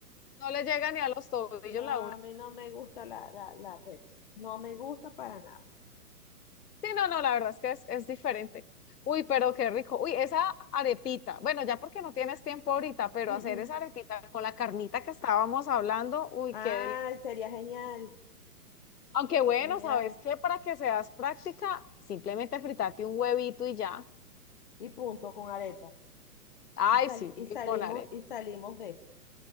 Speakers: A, on the left; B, on the left.
A: no le llega ni a los tobillos
B: No,
A: la una.
B: a mí no me gusta la, la, la Pepsi. No me gusta para nada.
A: Sí, no, no, la verdad es que es, es diferente. Uy, pero qué rico. Uy, esa arepita, bueno, ya porque no tienes tiempo ahorita, pero
B: Mm,
A: hacer
B: mm.
A: esa arepita con la carnita que estábamos hablando, uy,
B: Ah,
A: qué deli-
B: sería genial,
A: Aunque bueno,
B: genial.
A: ¿sabes qué? Para que seas práctica, simplemente fritate un huevito y ya.
B: Y punto con arepa.
A: Ay,
B: Y, sal-
A: sí,
B: y
A: y
B: salimos,
A: con arepa.
B: y salimos de eso.